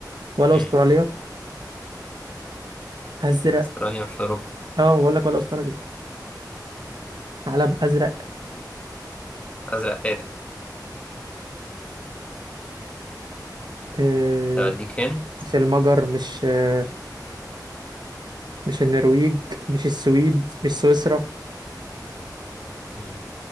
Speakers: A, on the right; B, on the left.
A: ولا
B: مم.
A: استراليا ازرق
B: استراليا مش في اوروبا
A: اه بقول لك ولا استراليا علم ازرق
B: ازرق فاتح
A: آه
B: طب اديك هن
A: مش المجر مش آه مش النرويج مش السويد مش سويسرا
B: مم.